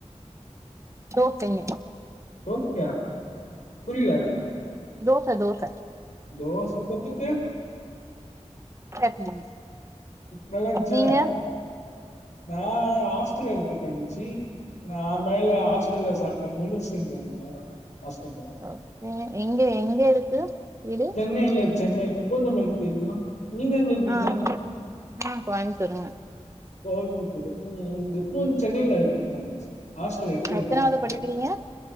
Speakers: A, on the right; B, on the left.
A: ஓகேங்
B: ஓக்யா புரில
A: தோச தோச
B: தோச தொட்டுக்க
A: சட்னி
B: நல்லாஞ்ச்சா
A: நீங்க
B: நா ஹாஸ்டல இருக்க தங்கச்சி நா மேல ஹாஸ்டல்ல சாப்ட நூடுல்ஷ் செஞ்சாங்க ஹாஸ்டல்ல
A: அப்ரோ எங்க எங்க இருக்கு வீடு
B: சென்னை ல்ல சென்னை பூந்தமல்லி தெரியுமா நீங்க எங்க இருக்கிறீங்க
A: ஆ ஆ நா கோயம்ப்தூர்
B: கோயம்புத்துரா ம்ம் இப்பொ சென்னையில இருக்க தங்கச்சு ஹாஸ்டல
A: எத்தனாவது
B: <unintelligible>
A: படிக்கிறீங்க